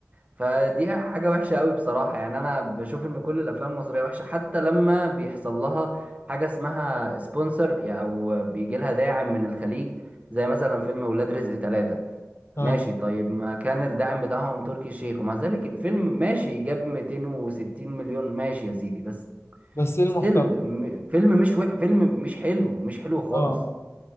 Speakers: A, on the right; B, on the left.
A: فدي حاجة وحشة قوي بصراحة يعني أنا بشوف إن كل الأفلام المصرية وحشة حتى لما بيحصل لها حاجة اسمها سبونسر يعني أو بيجي لها داعم من الخليج زي مثلا فيلم ولاد رزق ثلاثة
B: اه
A: ماشي طيب ما كان الداعم بتاعهم تركي الشيخ ومع ذلك الفيلم ماشي جاب 260 مليون ماشي يا سيدي بس
B: بس ايه
A: ستيل
B: المحتوى
A: فيلم مش وح... فيلم مش حلو مش حلو خالص
B: اه